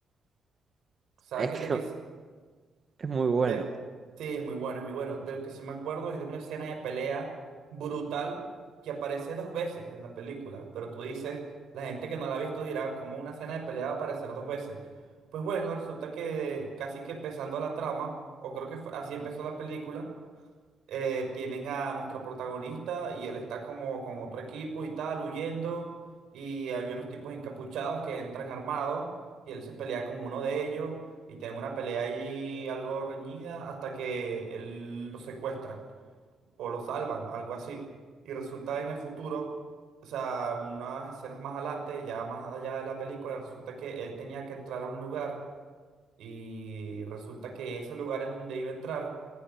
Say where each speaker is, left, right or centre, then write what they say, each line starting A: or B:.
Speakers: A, on the right; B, on the right.
A: ¿Sabes
B: es que
A: de
B: <laughs>
A: qué?
B: es muy bueno.
A: Que, sí, es muy bueno, es muy bueno. De lo que sí me acuerdo es de una escena de pelea brutal que aparece dos veces en la película, pero tú dices, la gente que no la ha visto dirá, ¿cómo una escena de pelea va a aparecer dos veces? Pues bueno, resulta que casi que empezando la trama, o creo que fue- así empezó la película, eh, tienen a nuestro protagonista y él está como con otro equipo y tal, huyendo. Y hay unos tipos encapuchados que entran armados y él se pelea con uno de ellos y tienen una pelea ahí algo reñida hasta que él lo secuestran o lo salvan, algo así. Y resulta en el futuro, o sea, en unas escenas más adelante, ya más allá de la película, resulta que él tenía que entrar a un lugar y resulta que ese lugar es donde iba a entrar